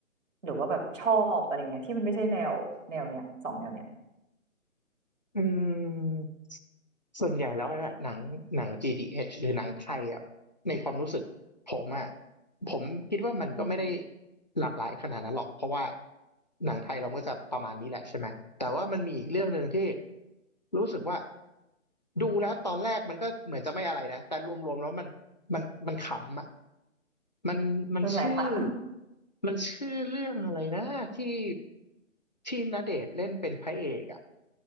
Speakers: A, on the right; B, on the left.
A: หรือว่าแบบชอบอะไรเงี้ยที่มันไม่ใช่แนวแนวเนี้ยสองแนวเนี้ย
B: อืมส่วนใหญ่แล้วเนี่ยหนังหนัง GDH หรือหนังไทยอ่ะในความรู้สึกผมอ่ะผมคิดว่ามันก็ไม่ได้
A: อืม
B: หลากหลายขนาดนั้นหรอกเพราะว่าหนังไทยเราก็จะประมาณนี้แหละใช่ไหมแต่ว่ามันมีอีกเรื่องหนึ่งที่รู้สึกว่าดูแล้วตอนแรกมันก็เหมือนจะไม่อะไรนะแต่รวมๆแล้วมันมันมันขำอ่ะ มันมันชื่อ
A: เรื่องอะไรคะ
B: มันชื่อเรื่องอะไรนะที่ที่ณเดชน์เล่นเป็นพระเอกอ่ะ